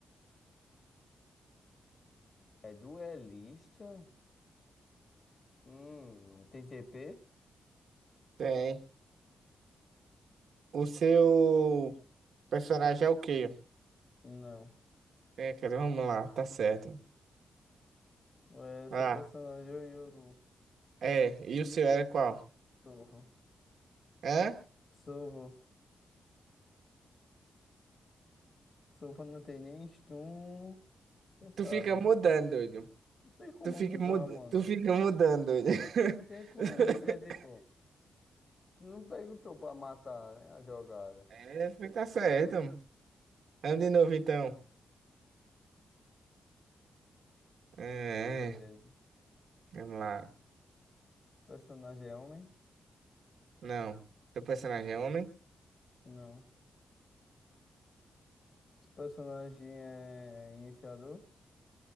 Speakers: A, on the left (about 35°); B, on the right (about 75°).
A: É duelista? Hum, tem TP?
B: Tem. O seu personagem é o quê?
A: Não.
B: É, cara, vamos lá, tá certo.
A: É,
B: Ah,
A: seu personagem é o Yoru.
B: é. E o seu era qual?
A: Sovo.
B: Hã?
A: Sovo. Sovo não tem nem stun. Você
B: Tu
A: sabe,
B: fica
A: né?
B: mudando, doido.
A: Não tem como
B: Tu fica
A: mudar,
B: mudando,
A: mano.
B: tu fica mudando, doido.
A: Não tem como,
B: <laughs>
A: porque tipo. Tu não perguntou pra matar, né? A jogada.
B: É, foi- tá certo. Vamos de novo, então. É,
A: Beleza.
B: é,
A: O
B: vamos lá.
A: personagem é homem?
B: Não. Seu personagem é homem?
A: Não. O personagem é iniciador?